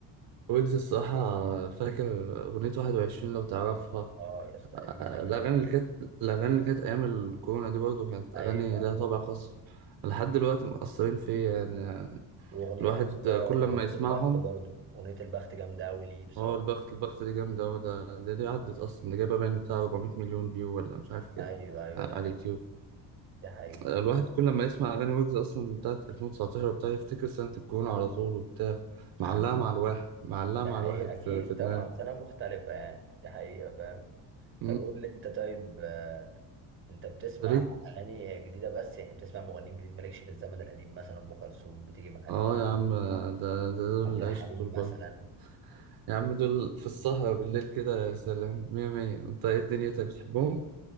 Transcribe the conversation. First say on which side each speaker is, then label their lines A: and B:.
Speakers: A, on the right; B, on the right.
A: ويجز الصراحة فاكر أغنية واحد وعشرين لو تعرفها
B: اه يا اسطى
A: آه،
B: قديمة دي
A: الأغاني
B: جميلة
A: اللي كانت الأغاني اللي كانت أيام الكورونا دي برضه كانت
B: ايوه
A: أغاني لها
B: ايوه
A: طابع خاص لحد دلوقتي مأثرين فيا يعني, يعني
B: واغنية
A: الواحد
B: يا اسطى واغنية
A: كل لما يسمعهم
B: البخت برضو اغنية البخت جامدة اوي ليه بصراحة
A: هو البخت البخت دي جامدة أوي ده دي, دي عدت أصلا دي جايبة باين بتاع 400 مليون فيو ولا مش عارف كام
B: ايوه ايوه
A: على
B: ده حقيقي
A: اليوتيوب
B: ده حقيقي
A: آه، الواحد كل لما يسمع أغاني ويجز أصلا بتاعت 2019 وبتاع يفتكر سنة الكورونا على طول وبتاع
B: <laughs>
A: معلقة مع الواحد معلقة
B: ده
A: مع
B: حقيقي
A: الواحد
B: اكيد
A: في, في دماغه.
B: طبعا سنة مختلفة يعني ده حقيقة فاهم
A: مم.
B: طب قول لي انت طيب آه، انت بتسمع
A: ليك
B: اغاني جديدة بس يعني بتسمع مغنيين جديد مالكش في الزمن القديم مثلا ام كلثوم بتيجي معاك
A: اه
B: في اليوم
A: يا عم ده, ده دول
B: عبد
A: العشق
B: الحليم
A: دول برضه
B: مثلا
A: يا عم دول في السهرة بالليل كده يا سلام مية مية انت ايه دنيتك بتحبهم؟